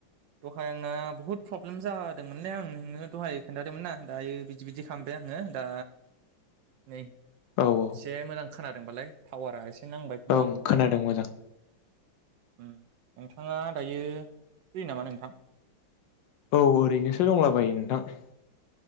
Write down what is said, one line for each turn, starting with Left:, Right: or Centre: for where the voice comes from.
Right: दहाय आंना बुहुद प्रब्लेम जा दोंमोनलै आं नोंनो दहाय खोनथादोंमोनना दायो बिदि बिदि खालामबाय आङो दा नै
Left: औ औ
Right: एसे मोजां खोनादोंबालाय टावारा एसे नांबाय खोमा
Left: ओं
Right: आंना
Left: खोनादों मोजां।
Right: उम नोंथाङा दायो फ्रि नामा नोंथां?
Left: औ ओरैनोसो दंलाबायो नोंथां।